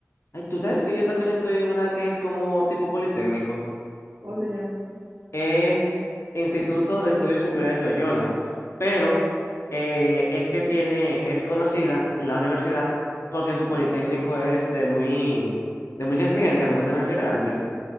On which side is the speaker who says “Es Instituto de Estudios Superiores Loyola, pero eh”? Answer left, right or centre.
Left